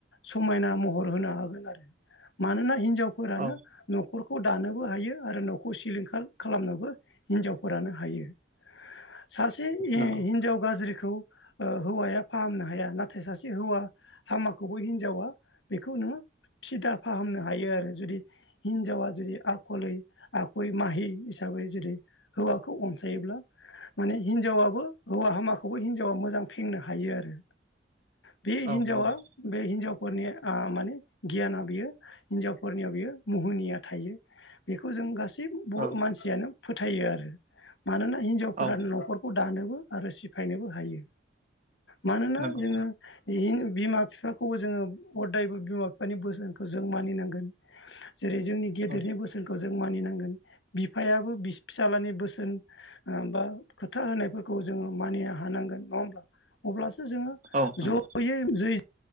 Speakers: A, on the left (about 75°); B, on the right (about 40°).
A: समायना महर होनो हागोन आरो मानोना हिन जावफोरानो
B: औ
A: न'खरखौ दानोबो हायो आरो न'खौ सिलिंखार खालामनोबो हिनजावफोरानो हायो। सासे हि
B: नंगौ
A: हिन्जाव गाज्रिखौ हौवाया फाहामनो हाया नाथाय सासे हौवा हामाखौबो हिनजावा बेखौ नोङो फिदा फाहामनो हायो आरो जुदि हिनजावा जुदि आखलै आखुयै माहि हिसा साबै जुदि हौवाखौ अनसायोब्ला माने हिनजावाबबो हौवा हामाखौबो हिनजावा मोजां फिन्नो हायो आरो। बे
B: औ
A: हिनजावा
B: नंगौ
A: बे हिनजाव फोरनि ओ माने गियाना बियो हिनजावफोरनियाव बियो मुहुनिया थायो। बेखौ जों गास बर'
B: औ
A: मानसियानो फोथायो आरो मानोना हिनजावफोरा
B: औ
A: न'खरखौ दानोबो आरो सिफायनोबो हायो मानोना
B: नंगौ
A: जोङो बे बिमा बिफाखौबो जोङो हदायबो बिमा बिफानि बोसोनखौ जों मानिनांगोन जेरै जोंनि गेदेरनि
B: औ
A: बोसोनखौ जों मानिनांगोन बिफायाबो बि फिसालानि बोसोन बा खोथा होन्नायफोरखौ जोङो मानिनो हानांगोन नङा होमब्ला अब्लासो जोङो
B: औ नंगौ
A: जयै ज